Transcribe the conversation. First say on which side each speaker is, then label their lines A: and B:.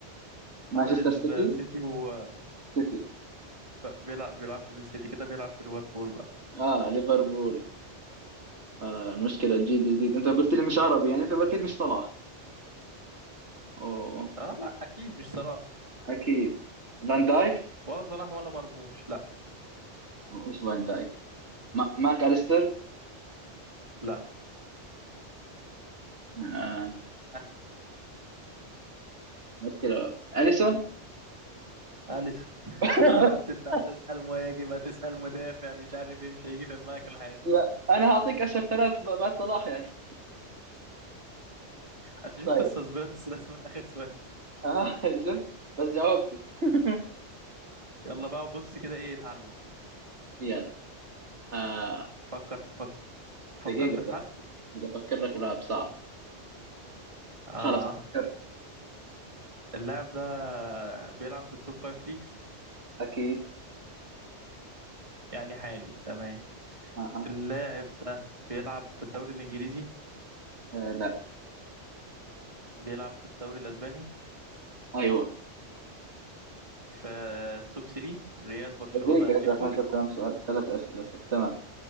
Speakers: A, on the right (about 25°); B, on the right (about 70°).
A: فاضل
B: <laughs> مانشستر سيتي
A: السيتي وبيلعب
B: سيتي
A: بيلعب بيلعبش في السيتي كده بيلعب في ليفربول بقى
B: اه ليفربول آه المشكلة الجيل الجديد انت قلت لي مش عربي يعني فاكيد مش صلاح اوه
A: اه لا اكيد مش صلاح
B: اكيد فان دايك
A: ولا صلاح ولا مرموش لا
B: ايش فان دايك ما- ماك اليستر
A: لا
B: آه
A: <laughs>
B: مشكلة اليسون
A: آه، اليسون
B: <laughs>
A: انا قلت انت هتسال مهاجم هتسال مدافع مش عارف ايه مش هيجي في دماغك الحارس
B: لا انا هعطيك اشهر ثلاث بعد صلاح يعني
A: انت شفت
B: طيب
A: السسبنس لازم من اخر سؤال
B: اه <laughs> شفت بس جاوبته <laughs>
A: يلا بقى وبص كده ايه اتعلم
B: يلا آه
A: فكرت فك... فكرت
B: دقيقة
A: في
B: بدأ
A: حد
B: بدأ أفكر لك بلعب صعب
A: اه
B: خلاص فكرت
A: اللاعب ده بيلعب في التوب فايف ليجز
B: أكيد
A: يعني حالي تمام
B: أها
A: اللاعب ده بيلعب في الدوري الانجليزي
B: آه لا
A: بيلعب في الدوري الأسباني
B: أيوه
A: في التوب 3 ريال برشلونة
B: دقيقة
A: أتليكو
B: أسأل خمسة كم سؤال ثلاث أسئلة صح تمام